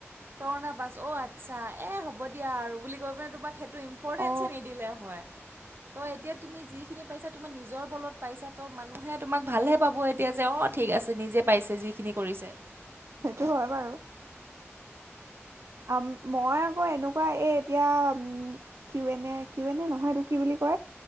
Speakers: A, on the right; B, on the right.
A: কৰণা বাছ অ আচ্ছা এ হ'ব দিয়া আৰু বুলি কৈ পানে তোমাক সেইটো ইম্পৰ্টেঞ্চ
B: অ
A: নিদিলে হয়, ত' এতিয়া তুমি যিখিনি পাইছা তোমাৰ নিজৰ বলত পাইছা ত' মানুহে তোমাক ভালহে পাব এতিয়া যে অ ঠিক আছে নিজে পাইছে যিখিনি কৰিছে।
B: সেইটো হয় বাৰু। আ, মই আকৌ এনেকুৱা এ এতিয়া উম কিউ এনে কিউ এনে নহয়তো কি বুলি <inaudible>